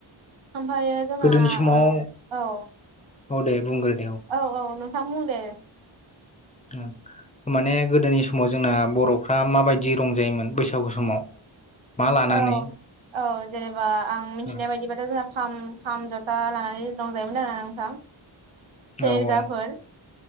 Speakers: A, on the right (about 75°); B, on the left (about 15°).
A: ओमफ्रायो जोंहा
B: गोदोनि समाव
A: ओ औ।
B: औ दे बुंग्रो
A: औ औ नोंथां बुं दे।
B: उम। माने गोदोनि समाव जोंना बर'फ्रा माबायदि रंजायोमोन बैसागु समाव? मा लानानै
A: औ औ जेनेबा आं मिथिनाय
B: उम,
A: बायदिबाथ' जोंहा खाम खाम जथा लानानै रंजायोमोन आरोना नोंथां? सेरजाफोर
B: औ औ